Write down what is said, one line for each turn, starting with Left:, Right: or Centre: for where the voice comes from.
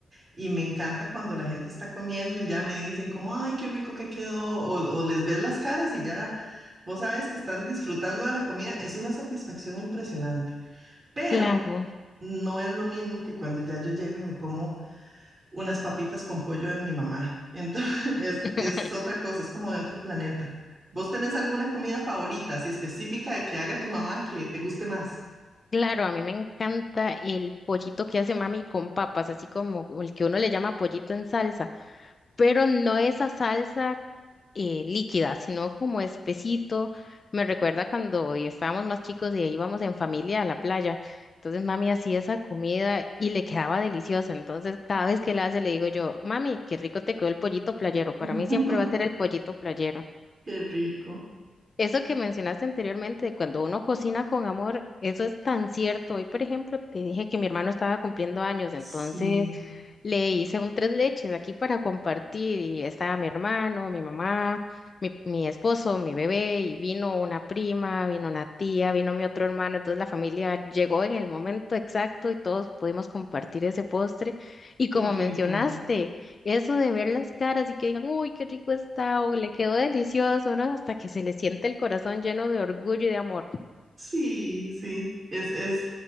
Right: y me encanta cuando la gente está comiendo y ya me dicen como, ay, qué rico que quedó, o, o les ves las caras y ya vos sabes que están disfrutando de la comida, es una satisfacción impresionante, pero
Left: Claro.
Right: no es lo mismo que cuando ya yo llego y me como unas papitas con pollo de mi mamá. Entonces, <laughs>
Left: <laughs>
Right: es, es otra cosa, es como de otro planeta. ¿Vos tenés alguna comida favorita, así específica de que haga tu mamá que te guste más?
Left: Claro, a mí me encanta el pollito que hace mami con papas, así como el que uno le llama pollito en salsa, pero no esa salsa eh, líquida, sino como espesito. Me recuerda cuando estábamos más chicos y íbamos en familia a la playa. Entonces mami hacía esa comida y le quedaba deliciosa. Entonces cada vez que la hace le digo yo, mami, qué rico te quedó el pollito playero. Para
Right: <laughs>
Left: mí siempre va a ser el pollito playero.
Right: Qué rico.
Left: Eso que mencionaste anteriormente, de cuando uno cocina con amor, eso es tan cierto. Hoy, por ejemplo, te dije que mi hermano estaba cumpliendo años, entonces
Right: Sí,
Left: le hice un tres leches aquí para compartir y estaba mi hermano, mi mamá, mi, mi esposo, mi bebé y vino una prima, vino una tía, vino mi otro hermano. Entonces la familia llegó en el momento exacto y todos pudimos compartir ese postre. Y
Right: qué
Left: como
Right: rico.
Left: mencionaste, eso de ver las caras y que digan, uy, qué rico está o le quedó delicioso, ¿no? Hasta que se les siente el corazón lleno de orgullo y de amor,
Right: Sí, sí. Es, es,